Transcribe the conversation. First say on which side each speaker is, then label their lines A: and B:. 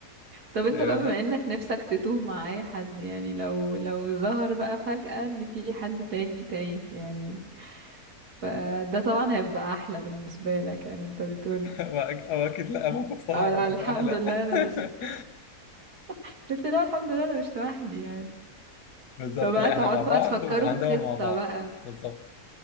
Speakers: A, on the right; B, on the left.
A: طب انت
B: <laughs> بالذات
A: بقى بما انك نفسك تتوه مع اي حد يعني لو لو ظهر بقى فجأة ان في حد تاني تايه يعني فده طبعا هيبقى احلى بالنسبة لك يعني انت بتقول
B: <laughs> او اكيد لا موقف صعب
A: اه لو
B: مش
A: الحمد
B: هيبقى احلى
A: لله
B: <laughs>
A: انا مش <laughs> بس لو الحمد لله انا مش لوحدي يعني
B: بالظبط
A: فبقى
B: لا
A: تقعد
B: احنا مع بعض
A: بقى تفكروا
B: وهندور
A: في خطة
B: مع بعض
A: بقى
B: بالظبط